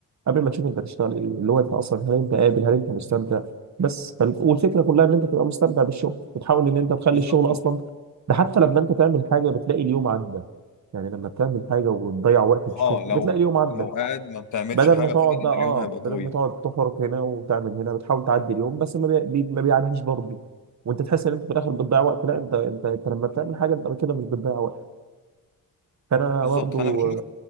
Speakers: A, on the right (about 50°); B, on the left (about 55°).
A: قبل ما تشوف انت هتشتغل ايه اللي هو انت اصلا هل انت قابل هل انت مستمتع بس فال- والفكره كلها ان انت تبقى مستمتع بالشغل بتحاول ان انت تخلي
B: بالظبط
A: الشغل اصلا ده حتى لما انت تعمل حاجه بتلاقي اليوم عدى يعني لما بتعمل حاجه وتضيع وقت في
B: اه
A: الشغل
B: لو
A: بتلاقي اليوم عدى
B: لو قاعد ما بتعملش
A: بدل
B: حاجه
A: ما تقعد
B: فعلا
A: بقى اه
B: اليوم هيبقى طويل
A: بدل ما تقعد تحرك هنا وتعمل هنا بتحاول تعدي اليوم بس ما, بي... بي- ما بيعديش برضه وانت تحس ان انت في الاخر بتضيع وقت لا انت انت انت لما بتعمل حاجه انت كده مش بتضيع وقت فانا
B: بالظبط
A: برضه
B: فانا بشوف